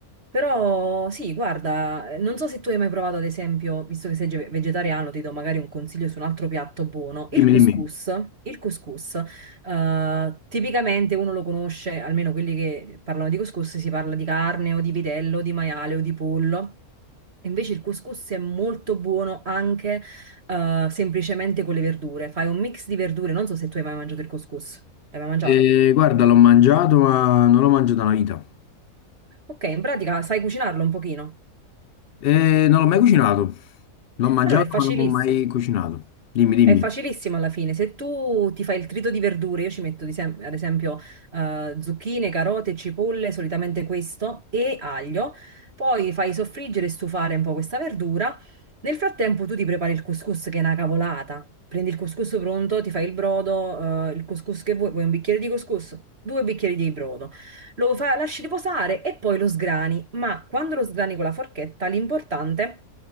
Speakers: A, on the right (about 45°); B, on the left (about 80°).
A: Però sì, guarda, eh, non so se tu hai mai provato, ad esempio, visto che sei ge- vegetariano, ti do magari un consiglio su un altro piatto buono,
B: Dimmi,
A: il couscous.
B: dimmi.
A: Il couscous. Eh, tipicamente uno lo conosce, almeno quelli che parlano di couscous, si parla di carne o di vitello, di maiale o di pollo. Invece il couscous è molto buono anche eh, semplicemente con le verdure. Fai un mix di verdure, non so se tu hai mai mangiato il couscous. L'hai mai mangiato?
B: Eh, guarda, l'ho mangiato, ma non l'ho mangiato una vita.
A: Ok, in pratica sai cucinarlo un pochino.
B: Eh, non l'ho mai cucinato. L'ho mangiato,
A: Allora è facilissimo.
B: ma non l'ho mai cucinato. Dimmi, dimmi.
A: È facilissimo alla fine. Se tu ti fai il trito di verdure, io ci metto di sem- ad esempio eh, zucchine, carote, cipolle, solitamente questo, e aglio. Poi fai soffriggere e stufare un po' questa verdura. Nel frattempo tu ti prepari il couscous che è una cavolata. Prendi il couscous pronto, ti fai il brodo, eh, il couscous che vuoi, vuoi un bicchiere di couscous, due bicchieri di brodo. Lo fa- lasci riposare e poi lo sgrani. Ma quando lo sgrani con la forchetta, l'importante